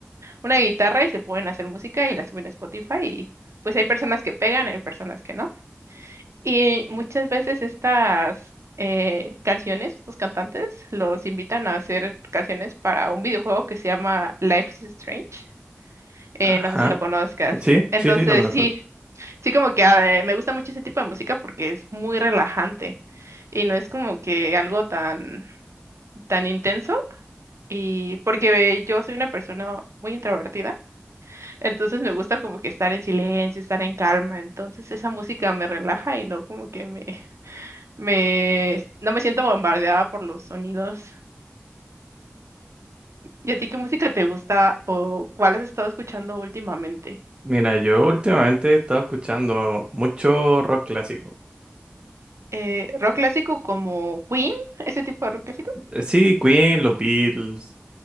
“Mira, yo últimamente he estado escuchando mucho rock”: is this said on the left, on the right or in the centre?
Right